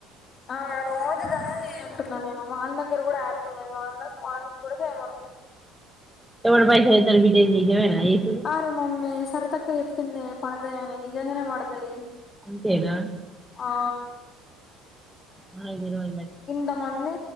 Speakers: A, on the left; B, in the centre.
A: ఆ రోజుదనేది చేయంటున్నా నేను, వాళ్ల దగ్గర కూడా యాప్ ఉన్నది, వాన్ వానికి కూడా చేయమను.
B: ఎవడి పైసలయితే ఆళ్ల బిడ్డ నిజమేనా? చేసుడు
A: ఆరే మమ్మీ సరితక్క చెప్పిందే, పడతయని నిజంగానే పడతయి.
B: అంతేనా
A: ఆ
B: నాకు తెలవదు. మరి
A: ఇంతమంది